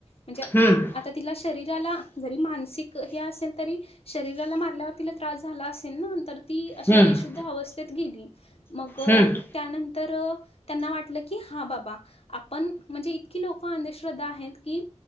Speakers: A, on the left; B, on the left.
A: म्हणजे
B: हम्म
A: आता तिला शरीराला जरी मानसिक हे असेल तरी शरीराला मारल्यावर तिला त्रास झाला असेल ना. तर ती अशी
B: हम्म
A: बेशुद्ध अवस्थेत गेली. मग
B: हम्म
A: त्यानंतर त्यांना वाटलं की हा बाबा आपण म्हणजे इतकी लोक अंधश्रद्धा आहेत की